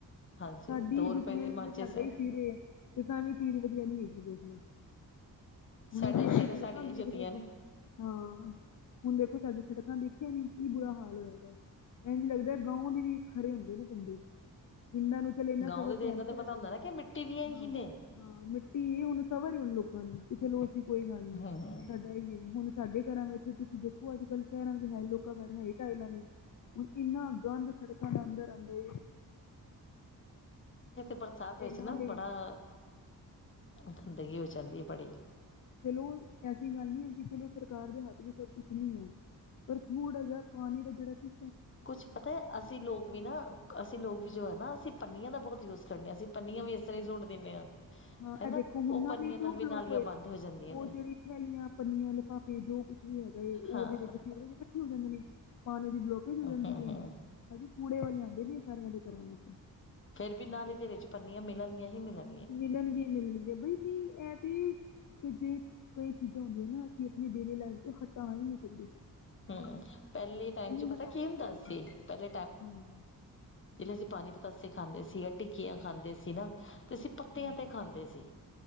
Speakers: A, on the left; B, on the left.
A: ਹਾਂਜੀ
B: ਸਾਡੀ
A: ਦੋ
B: ਹੀ
A: ਰੁਪਏ
B: ਜੁੱਤੀਆਂ
A: ਦੀ
B: ਨੇ
A: ਮਾਚਿਸ
B: ਤੇ, ਸਾਡਾ
A: ਹੈ
B: ਹੀ ਸਿਰੇ ਐ ਤੇ, ਤਾਂ ਵੀ ਚੀਜ਼ ਵਧੀਆ ਨੀ ਹੈਗੀ ਦੇਖ ਲਓ। ਹੁਣ
A: ਸਾਡਾ
B: ਅਸੀਂ
A: ਹੀ ਸਿਰ
B: ਸੜਕਾ
A: ਹੈ ਸਾਡੀਆਂ ਹੀ
B: ਦੇਖਦੇ।
A: ਜੁੱਤੀਆਂ ਨੇ
B: ਹਾਂ, ਹੁਣ ਦੇਖੋ ਸਾਡੀ ਸੜਕਾਂ ਦੇਖੀਆਂ ਨੀ ਕੀ ਬੁਰਾ ਹਾਲ ਹੋਇਆ ਦਾ। ਇੰਜ ਲੱਗਦਾ ਗਾਓ ਦੇ ਵੀ ਖਰੇ ਹੁੰਦੇ ਨੇ ਪਿੰਡ <inaudible> ਇੰਨਾਂ ਨੂੰ ਚਲੇ ਇਨਾ
A: ਗਾਉਂ
B: ਸਬਰ
A: ਦੇ ਤਾਂ
B: ਤੇ
A: ਇਹਨਾਂ
B: ਹੈ ਨਾ ਫਿਰ
A: ਦਾ ਪਤਾ
B: ਸਾਡੇ
A: ਹੁੰਦਾ ਨਾ ਕਿ ਮਿੱਟੀ ਦੀਆਂ
B: ਹਾਂ
A: ਹੀ ਨੇ
B: ਹਾਂ, ਮਿੱਟੀ ਇਹ ਹੁਣ ਸਬਰ ਹੁਣ ਲੋਕਾਂ ਨੂੰ ਵੀ ਚਲੋ ਅਸੀਂ ਕੋਈ ਗੱਲ ਨੀ
A: ਹਮ
B: ਸਾਡਾ ਇਹ ਹੈ ਹੁਣ ਸਾਡੇ ਘਰਾਂ ਵਿੱਚ ਤੁਸੀਂ ਦੇਖੋ ਅੱਜ ਕੱਲ੍ਹ ਸ਼ਹਿਰਾਂ ਦੇ ਹੈ ਲੋਕਾਂ ਕਰ ਹੈ ਟਾਇਲਾਂ ਨੇ ਹੁਣ ਇੰਨਾ ਗੰਦ ਸੜਕਾਂ ਦਾ ਅੰਦਰ ਆਂਦਾ।
A: ਬਰਸਾਤ ਵਿੱਚ
B: ਨਾਲੇ
A: ਨਾ ਬੜੀ ਗੰਦਗੀ ਹੋ ਜਾਂਦੀ ਬੜੀ
B: ਚਲੋ ਐਸੀ ਗੱਲ ਨੀ ਹੈਗੀ ਕਿ ਚਲੋ ਸਰਕਾਰ ਦੇ ਹੱਥ ਵੀ ਸਭ ਕੁਛ ਨਹੀਂ ਹੈ। ਪਰ ਫੂਡ ਹੈਗਾ ਪਾਣੀ ਦਾ ਜਿਹੜਾ ਕਿ
A: ਕੁਛ ਪਤਾ ਐ ਅਸੀਂ ਲੋਕ ਵੀ ਨਾ ਅਸੀਂ ਲੋਕ ਵੀ ਜੋ ਹੈ ਨਾ ਅਸੀਂ ਪੰਨੀਆਂ ਦਾ ਬਹੁਤ ਯੂਜ ਅਸੀਂ ਪੰਨੀਆਂ ਵੀ ਇਸ ਤਰਾਂ ਹੀ ਸੁੱਟ ਦਿੰਦੇ ਹਾਂ।
B: ਹਾਂ
A: ਹਨਾ
B: ਇਹ ਦੇਖੋ ਹੁਣ
A: ਉਹ
B: ਨਾਂਲਿਈ
A: ਪੰਨੀਆਂ
B: ਕਿਉਂ
A: ਨਾਲ ਵੀ
B: ਬਲੋਕ
A: ਨਾਲੀਆਂ
B: ਹੋਏ
A: ਬੰਦ
B: ਸੀ ਨੇ,
A: ਹੋ ਜਾਂਦੀਆਂ
B: ਉਹ
A: ਨੇ
B: ਜਿਹੜੀ ਥੈਲੀਆਂ, ਪੰਨੀਆਂ, ਲਿਫਾਫੇ਼। ਤੇ ਜੋ ਕੁੱਝ ਵੀ ਹੈਗਾ ਏ, ਉਹਦੇ
A: ਹਾਂ
B: ਵਿੱਚ ਸ਼ ਹੋ ਜਾਂਦੇ ਨੇ ਪਾਣੀ ਦੀ ਬਲੋਕੇਜ ਹੋ ਜਾਂਦੀ
A: ਹਮ ਹਮ
B: ਹੈ। ਹਜੇ ਕੂੜੇ ਵਾਲੇ ਆਂਦੇ ਨ ਸਾਰਿਆਂ ਦੇ ਘਰਾਂ ਵਿੱਚ।
A: ਫੇਰ ਵੀ ਨਾਲੇ ਦੇ ਵਿੱਚ ਪੰਨੀਆਂ, ਮਿਲਣਗੀਆਂ ਹੀ ਮਿਲਣ
B: ਮਿਲਣਗੀਆਂ ਹੀ ਮਿਲਣਗੀਆਂ ਬਈ ਨਹੀਂ ਇਹ ਤੇ ਕਦੇ ਕਈ ਚੀਜ਼ਾਂ ਹੁੰਦੀਆਂ ਨਾ, ਅਸੀਂ ਆਪਣੀ ਡੇਲੀ ਲਾ਼ਈਫ ਤੋਂ ਹਟਾ ਹੀ ਨਹੀਂ ਸਕਦੇ਼।
A: ਹੂੰ, ਪਹਿਲੇ ਟਾਈਮ ਚ
B: ਹਟਾ
A: ਪਤਾ ਕੀ
B: ਸਕਦੇ
A: ਹੁੰਦਾ ਸੀ।
B: ਅਸੀਂ
A: ਜਿਹੜੇ
B: ਹਾਂਜੀ
A: ਅਸੀਂ ਪਾਣੀ ਪਤਾਸੇ, ਖਾਂਦੇ ਸੀ ਜਾਂ ਟਿੱਕੀਆਂ ਖਾਂਦੇ ਸੀ ਨਾ ਤੇ ਅਸੀਂ ਪੱਤਿਆਂ
B: ਹਾਂਜੀ
A: ਤੇ ਖਾਂਦੇ ਸੀ।